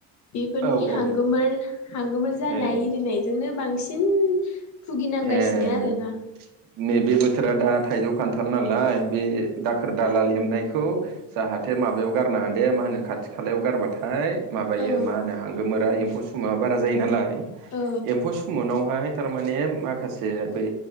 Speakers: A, on the left; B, on the right.
A: बेफोरनि
B: औ
A: हांगोमोर-
B: औ
A: हांगोमोर जानाय
B: ए
A: इरिनायजोंनो बांसिन भुगिनांगासिनो
B: ए
A: आरोना
B: नैबे बोथोरा दा थाइजौ खान्थाल नालाय बे दाखोर दाला लेमनायखौ जाहाथे माबायाव गारनाङादे मा होनो खाथि खालायाव गारबाथाय माबायो
A: ओ
B: मा होनो हांगोमोर फ्रा एम्फौ सुमुआ बारा जायो नालाय
A: औ
B: एम्फौ सुमुनावहाय थार माने माखासे बै